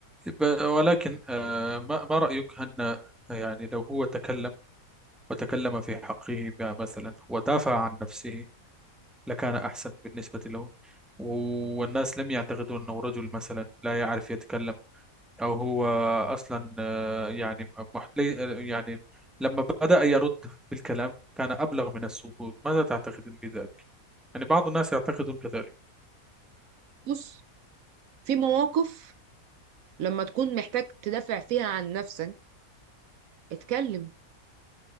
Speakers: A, in the centre; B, on the right.
A: ب- ولكن آه، ما ما رأيك أن يعني لو هو تكلم وتكلم في حقه مثلا ودافع عن نفسه لكان أحسن بالنسبة له والناس لم يعتقدوا أنه رجل مثلا لا يعرف يتكلم أو هو أصلا آه، يعني مح- لي- آه، يعني لما بدأ يرد بالكلام كان أبلغ من السكوت ماذا تعتقدين بذلك؟ يعني بعض الناس يعتقدون كذلك
B: بص في مواقف لما تكون محتاج تدافع فيها عن نفسك اتكلم